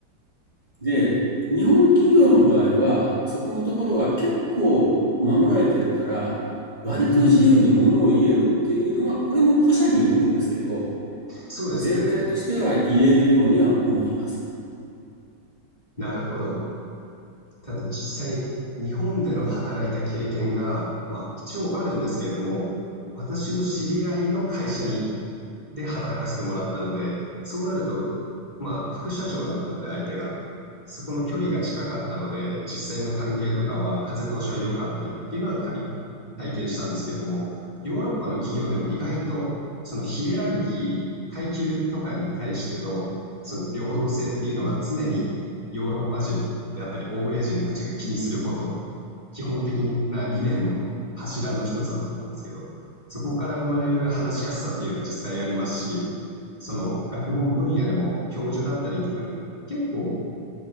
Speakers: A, on the right; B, on the left.
A: で、日本企業の場合はそこのところが結構守られてるから割と自由にものを言えるっていうのはこれも個社によるんですけど
B: うんうん。そうですね。
A: 全体としては言えるようには思います。
B: なるほど。ただ実際、日本での働いた経験が、まあ、一応あるんですけれども、私の知り合いの会社にで働かせてもらったので、そうなると、まあ、副社長だったので、相手が、そこの距離が近かったので、実際の関係とかは風通しは良かったりっていうのはかい体験したんですけれども、ヨーロッパの企業でも意外と、そのヒエラルキー、階級とかに対しての、その平等性っていうのは常にヨーロッパ人であったり、欧米人たちが気にすること、基本的な理念の柱の一つだと思うんですけど、そこから生まれる話しやすさっていうのは実際ありますし、その学問分野でも教授だったりとかにも結構